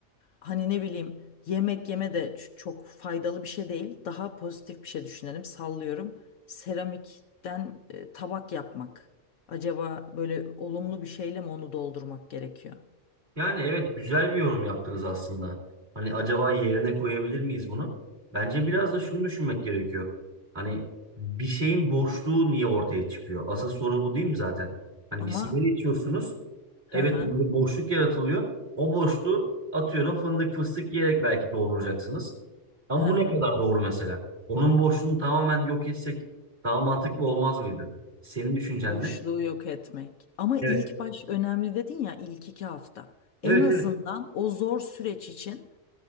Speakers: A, on the left; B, on the right.
A: Hani ne bileyim yemek yeme de ç- çok faydalı bir şey değil. Daha pozitif bir şey düşünelim. Sallıyorum. Seramikten e, tabak yapmak. Acaba böyle olumlu bir şeyle mi onu doldurmak gerekiyor?
B: Yani evet güzel bir yorum yaptınız aslında. Hani acaba yerine koyabilir miyiz bunu? Bence biraz da şunu düşünmek gerekiyor. Hani bir şeyin boşluğu niye ortaya çıkıyor? Asıl soru bu değil mi zaten? Hani
A: Ama
B: bir sigara içiyorsunuz.
A: <laughs>
B: Evet
A: ha ha
B: burada boşluk yaratılıyor. O boşluğu atıyorum fındık fıstık yiyerek belki dolduracaksınız. Ama
A: ha
B: bu ne kadar doğru mesela? Onun boşluğunu tamamen yok etsek daha mantıklı olmaz mıydı? Senin düşüncen
A: Boşluğu
B: ne?
A: yok etmek. Ama ilk
B: Evet.
A: baş önemli dedin ya ilk iki hafta.
B: Evet
A: En azından
B: evet.
A: o zor süreç için